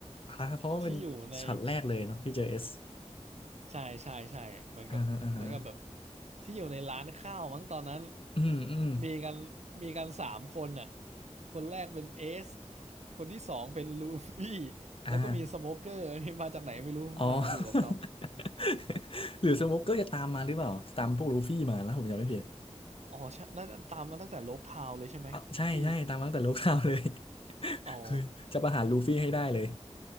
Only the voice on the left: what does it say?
อ่าเพราะว่าเป็นช็อตแรกเลยเนาะที่เจอเอส
อ่าฮะอ่าฮะ
อืมอืม
อ่า
อ๋อ <laughs> หรือสโมกเกอร์จะตามมาหรือเปล่าจะตามพวกลูฟี่มาแล้วผมจำไม่ผิด
อ่ะใช่ใช่ตามมาตั้งแต่โลก <laughs> ข่าวเลย <laughs>
คือจะประหารลูฟี่ให้ได้เลย